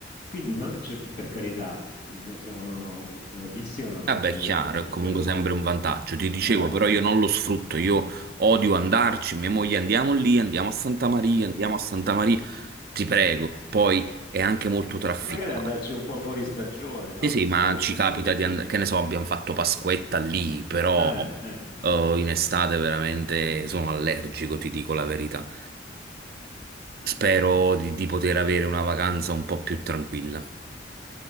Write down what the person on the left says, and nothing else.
Quindi non c'è, per carità, eh, sono fortunatissimo, non la
cambierei
per niente
al mondo.
Eh,
e magari andarci un po' fuori stagione, no?
Visto
che
è comunque
vicino.
Eh, eh.